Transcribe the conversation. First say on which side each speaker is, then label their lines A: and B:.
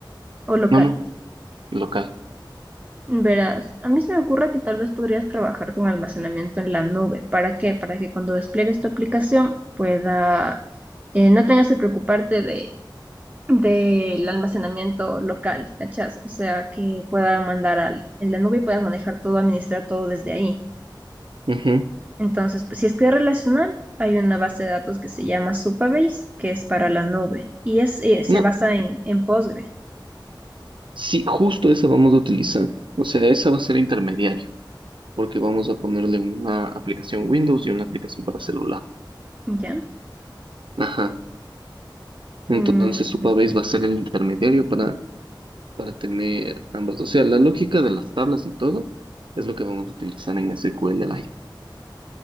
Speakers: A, on the right; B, on the right.
A: o local?
B: No, no, local.
A: Verás, a mí se me ocurre que tal vez podrías trabajar con almacenamiento en la nube. ¿Para qué? Para que cuando despliegues tu aplicación pueda, eh, no tengas que preocuparte de, del almacenamiento local, ¿cachás? O sea, que pueda mandar al, en la nube y puedas manejar todo, administrar todo desde ahí.
B: Ujú.
A: Entonces, pues, si es que es relacional, hay una base de datos que se llama Supabase, que es para la nube, y es, eh, se
B: No,
A: basa en, en Postgre,
B: sí, justo esa vamos a utilizar. O sea, esa va a ser intermediario. porque vamos a ponerle una aplicación Windows y una aplicación para celular.
A: ¿ya?
B: Ajá. Entonces
A: Mm,
B: Supabase va a ser el intermediario para, para tener ambas. O sea, la lógica de las tablas y todo es lo que vamos a utilizar en SQL Lite